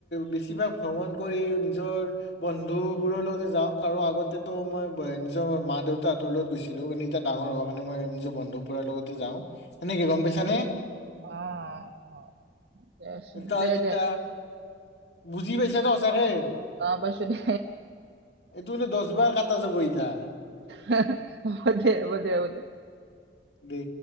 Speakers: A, on the left; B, on the right.
A: বেছিভাগ ভ্ৰমণ কৰি নিজৰ বন্ধুবোৰৰ লগতে যাওঁ। কাৰো আগতেতো মই ব' নিজৰ মা-দেউতাক তোৰ লগহঁতৰ গৈছিলো। কিন্তু এয়া ডাঙৰ হোৱাৰ কাৰণে মই নিজৰ বন্ধুক পুৰাৰ লগতে যাওঁ। তেনেকে গম পাইছা নে
B: অ অ দেচোন
A: এটা হয়
B: দে
A: তিতাহ
B: দে
A: বুজি পাইছাতো সঁচাকে।
B: অ পাইছো দে
A: এইটো টোহ দশ বাৰ কটা যাব ইতাহ।
B: হ, অহ হ'ব দে, হ'ব দে, হ'ব দে।
A: দে।